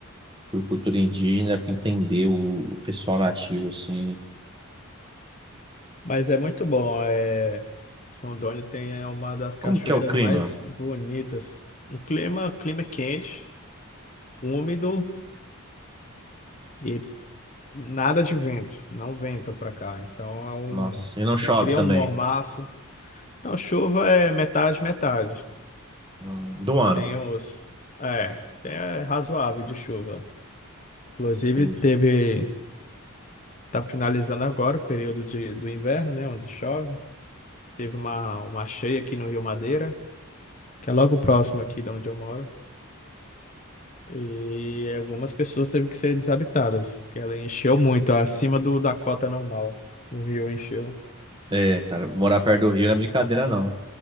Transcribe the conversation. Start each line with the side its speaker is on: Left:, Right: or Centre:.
Right: por cultura indígena, por entender o, o pessoal nativo, assim.
Left: Mas é muito bom. É, Rondônia tem é uma das cachoeiras
Right: Como que é o clima?
Left: mais bonitas. Um clima, clima quente, úmido. e Nada de vento, não venta para cá. Então é um,
Right: Nossa, e não
Left: se
Right: chove
Left: cria
Right: também.
Left: um mormaço. Então chuva é metade, metade.
Right: Hum, Do ano.
Left: Tem os, é, é razoável de chuva. Inclusive
Right: Entendi.
Left: teve, tá finalizando agora o período de, do inverno, né, onde chove. Teve uma, uma cheia aqui no Rio Madeira, que é logo próximo aqui de onde eu moro. E algumas pessoas teve que ser desabitadas, porque ela encheu muito, acima do da cota normal. O rio encheu.
Right: É, cara, morar perto do rio não é brincadeira, não.